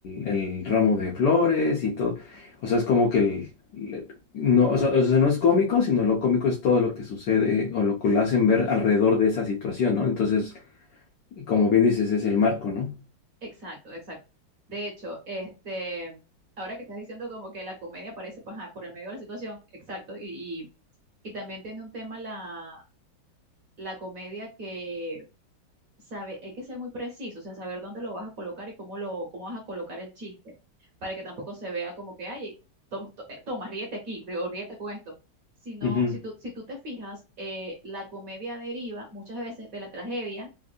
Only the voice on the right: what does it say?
Exacto, exacto. De hecho, este, ahora que estás diciendo como que la comedia aparece paja, por el medio de la situación, exacto, y, y, y también tiene un tema la, la comedia que sabe, hay que ser muy preciso, o sea, saber dónde lo vas a colocar y cómo lo, cómo vas a colocar el chiste, para que tampoco se vea como que, ay, tom- to- eh, toma, ríete aquí, ri- o ríete con esto. Sino,
si tú, si tú te fijas, eh, la comedia deriva muchas veces de la tragedia